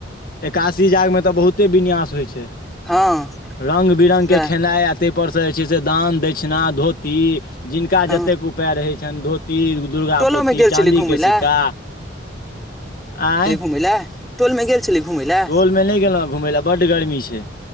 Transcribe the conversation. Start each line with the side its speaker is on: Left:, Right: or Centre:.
Left: एकासी जाग में तऽ बहुते विन्यास होइ छै
Centre: हँ
Left: रंग बिरंग
Centre: वएह
Left: के खेनाइ आत ताहिपरसँ जे छै से दान दक्षिणा धोती जिनका
Centre: हँ
Left: जतेक उपाय रहै छइन धोती ती दुर्गा
Centre: टोलो
Left: पोथी
Centre: मे गेल
Left: चाँदी
Centre: छली घुमय
Left: के
Centre: लए
Left: सिक्का आँय
Centre: मला तोल में गेल चली घुमलय
Left: टोल में न गेलहुँ घुमय लए बड्ड गरमी छै